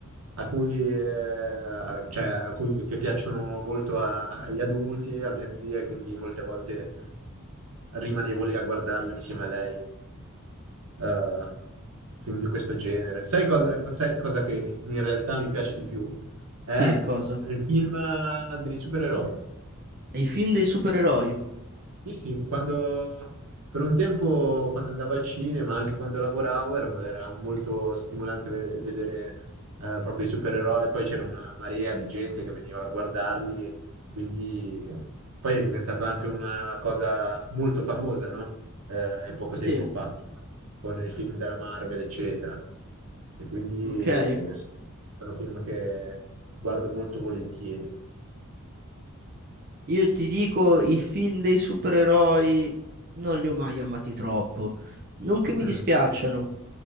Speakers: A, on the right; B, on the right.
A: a cui, eh, cioè, a cui- che piacciono molto a- agli adulti, a mia zia, e quindi molte volte rimanevo lì a guardarle insieme a lei, eh, film di questo genere. Sai cosa, sai cosa che in realtà mi piace di più? È
B: Sì, cosa?
A: il film dei supereroi.
B: I film dei supereroi.
A: Sì, sì, quando per un tempo quando andavo al cinema, anche quando lavoravo, era, era molto stimolante ve- vedere eh, proprio i supereroi. Poi c'era una marea di gente che veniva a guardarli, e quindi poi è diventata anche una cosa molto famosa, no? Eh, poco tempo
B: Sì,
A: fa, con i film della Marvel, eccetera. E quindi
B: ok.
A: sono film che guardo molto volentieri.
B: Io ti dico, i film dei supereroi non li ho mai amati troppo. Non che mi
A: Mm,
B: dispiacciano,